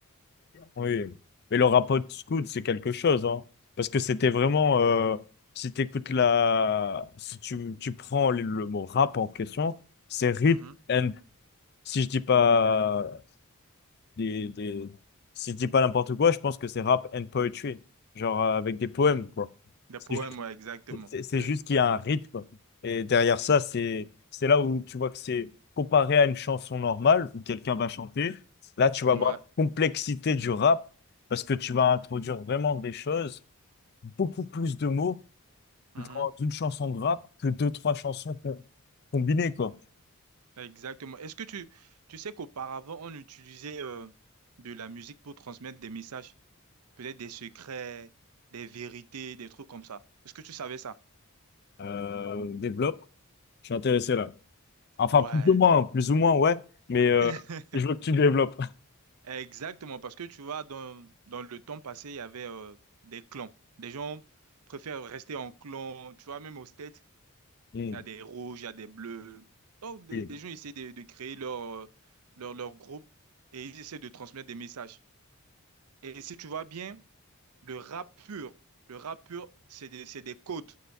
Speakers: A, on the left (about 45°); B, on the right (about 85°).
A: Oui, mais le rapport Scout, c'est quelque chose, hein. Parce que c'était vraiment, euh, si t'écoutes la, si tu, tu prends le, le mot rap en question, c'est rhythm
B: Mhm.
A: and, si je dis pas des, des, si je dis pas n'importe quoi, je pense que c'est rap and poetry. Genre, euh, avec des poèmes, quoi.
B: Des
A: Si
B: poèmes,
A: je-
B: ouais, exactement.
A: c'est c'est
B: C'est-
A: juste qu'il y a un rythme. Et derrière ça, c'est c'est là où tu vois que c'est comparé à une chanson normale où quelqu'un va chanter. Là, tu vas
B: Ouais.
A: voir la complexité du rap parce que tu vas introduire vraiment des choses, beaucoup plus de mots
B: Mhm.
A: dans une chanson de rap que deux, trois chansons com- combinées, quoi.
B: Exactement. Est-ce que tu, tu sais qu'auparavant, on utilisait euh, de la musique pour transmettre des messages, peut-être des secrets, des vérités, des trucs comme ça. Est-ce que tu savais ça?
A: Euh, développe. Je suis intéressé là. Enfin,
B: Ouais.
A: plus ou moins, hein, plus ou moins, ouais. Mais euh,
B: <laughs>
A: je veux que tu développes.
B: Exactement, parce que tu vois, dans, dans le temps passé, il y avait euh, des clans. Des gens préfèrent rester en clan, tu vois, même au state.
A: <laughs> Mm.
B: Il y a des rouges, il y a des bleus. Donc, des,
A: Oui.
B: des gens essaient de, de créer leur, euh, leur, leur groupe et ils essaient de transmettre des messages. Et si tu vois bien, le rap pur, le rap pur, c'est des, c'est des codes.